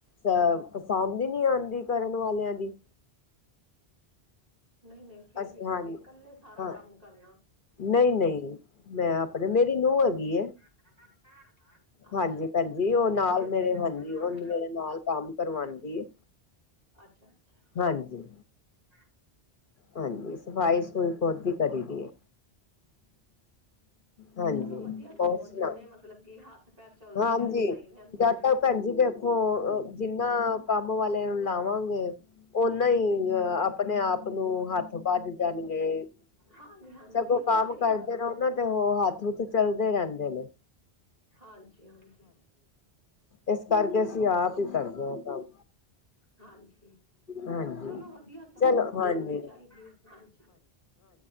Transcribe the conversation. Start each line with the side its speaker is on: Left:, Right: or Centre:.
Left: ਅ ਪਸੰਦ ਹੀ ਨਹੀਂ ਆਉਂਦੀ ਕਰਨ ਵਾਲਿਆਂ ਦੀ।
Right: ਨਹੀਂ- ਨਹੀਂ। ਫੇਰ
Left: ਅਸੀਂ
Right: ਵੀ
Left: ਹਾਂਜੀ
Right: ਤੁਸੀਂ ਇਕੱਲੇ ਸਾਰਾ
Left: ਹਾਂ
Right: ਕੰਮ ਕਰਨਾ।
Left: ਨਹੀਂ -ਨਹੀਂ। ਮੈਂ ਆਪਣੇ ਮੇਰੀ ਨੂੰਹ ਹੈਗੀ ਹੈ।
Right: <inaudible> ਅੱਛਾ, ਅੱਛਾ।
Left: ਹਾਂਜੀ ਭੈਣਜੀ
Right: ਚਲੋ
Left: ਉਹ ਨਾਲ
Right: ਕੋਈ ਨੀ
Left: ਮੇਰੇ
Right: ਹਾਂਜੀ।
Left: ਉਹ ਮੇਰੇ ਨਾਲ ਕੰਮ ਕਰਵਾਉਂਦੀ ਹੈ
Right: ਅੱਛਾ, ਅੱਛਾ।
Left: ਹਾਂਜੀ,
Right: ਹਾਂ,
Left: ਹਾਂਜੀ, ਸਫ਼ਾਈ ਸਫਈ, ਖੁਦ ਹੀ ਕਰੀ ਦੀ ਹੈ। ਹਾਂਜੀ,
Right: ਚਲੋ ਵਧੀਆ ਸਗੋਂ
Left: ਹੋਰ ਸੁਣਾ।
Right: ਜਿੰਨੇ ਮਤਲਬ ਕਿ, ਹੱਥ, ਪੈਰ ਚੱਲਦੇ
Left: ਹਾਂਜੀ
Right: ਰਹਿਣ ਸਹੀ ਰਹਿੰਦੇ
Left: ਜਦ
Right: ਨੇ।
Left: ਤੱਕ ਭੈਣ ਜੀ ਦੇਖੋ, ਜਿੰਨਾ ਕੰਮ, ਵਾਲੇ ਲਾਵਾਂਗੇ। ਉਹਨਾਂ ਹੀ, ਆਪਣੇ ਆਪ ਨੂੰ, ਹੱਥ ਬਜ ਜਾਣਗੇ।
Right: ਹਾਂਜੀ, ਹਾਂਜੀ,
Left: ਸਗੋਂ
Right: ਬਿਲਕੁਲ
Left: ਕੰਮ
Right: ਸਹੀ
Left: ਕਰਦੇ
Right: ਗੱਲ
Left: ਰਹੋ ਨਾ, ਤੇ ਉਹ ਹੱਥ ਹੂਥ ਚਲਦੇ, ਰਹਿੰਦੇ ਨੇ।
Right: ਹਾਂਜੀ, ਹਾਂਜੀ,
Left: ਇਸ ਕਰਕੇ ਅਸੀਂ ਆਪ ਹੀ ਕਰਦੇ ਹਾਂ ਕੰਮ
Right: ਹਾਂਜੀ।
Left: ਹਾਂਜੀ
Right: ਚਲੋ ਵਧੀਆ ਸਗੋਂ।
Left: ਚਲੋ ਹਾਂਜੀ
Right: ਕਰਨੀ ਚਾਹੀਦੀ ਹਾਂਜੀ।